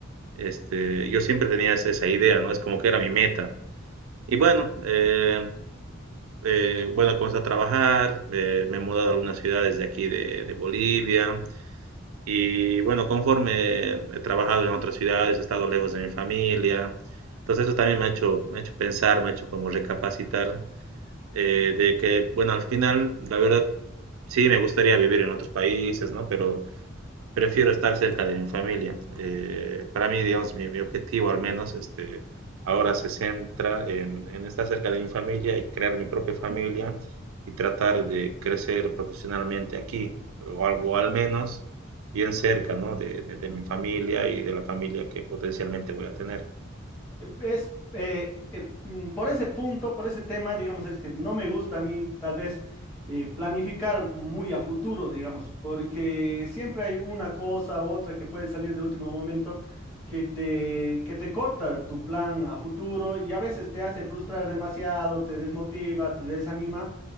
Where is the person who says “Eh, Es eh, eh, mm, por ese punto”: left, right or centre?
Left